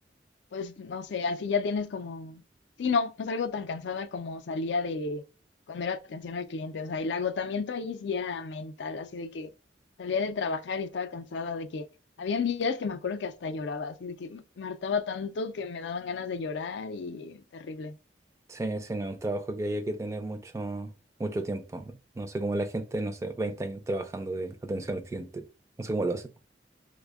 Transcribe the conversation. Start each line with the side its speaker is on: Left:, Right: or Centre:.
Left: pues no sé, así ya tienes como, sí, no, no salgo tan cansada como salía de cuando era atención al cliente. O sea, el agotamiento ahí sí era mental, así de que salía de trabajar y estaba cansada, de que habían días que me acuerdo que hasta lloraba, así de que me hartaba tanto que me daban ganas de llorar y terrible.
Right: Sí, sí, no, es un trabajo que hay que tener mucho, mucho tiempo. No sé cómo la gente, no sé, 20 años trabajando de atención al cliente. No sé cómo lo hacen.